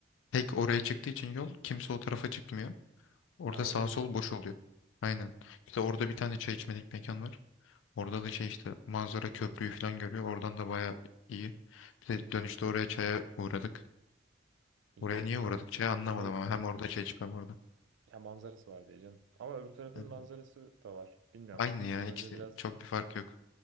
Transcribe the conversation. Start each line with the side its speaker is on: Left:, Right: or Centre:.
Left: Tek oraya çıktığı için yol kimse o tarafa çıkmıyor. Orada
Right: Ha oraya
Left: sağ
Right: mı
Left: sol
Right: park
Left: boş
Right: etti?
Left: oluyor. Aynen. Bir de orada bir tane çay içmelik mekan var. Orada da şey işte manzara köprüyü falan görüyor. Oradan da baya iyi. Bir de dönüşte oraya çaya uğradık.
Right: İyi
Left: Oraya
Right: olmuş
Left: niye uğradık
Right: baya.
Left: çaya anlamadım
Right: Şey
Left: ama hem orada çay içmem orada.
Right: ya manzarası var diye canım. Ama öbür tarafın
Left: Evet.
Right: manzarası da var. Bilmiyorum.
Left: Aynı ya
Right: Sizin hoca
Left: ikisi
Right: biraz
Left: çok bir fark yok.